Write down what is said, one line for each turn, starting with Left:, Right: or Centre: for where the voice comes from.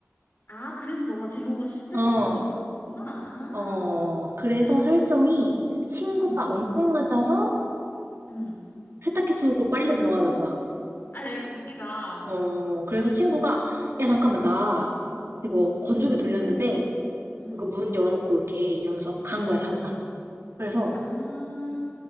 Left: 아, 그래서 너가 제목을 시- 세탁기
Right: 어,
Left: 쓰고 있구나. 아,
Right: 어. 그래서 설정이 친구가
Left: 응,
Right: 엉뚱 맞아서
Left: 응.
Right: 세탁기 속으로 빨려 들어가는 거야.
Left: 아, 야, 이거 웃기다.
Right: 어,
Left: 어,
Right: 그래서 친구가 야, 잠깐만, 나 이거
Left: 응,
Right: 건조기 돌렸는데
Left: 응.
Right: 이거 문 열어놓고 올게 이러면서 간 거야, 잠깐. 그래서
Left: 아,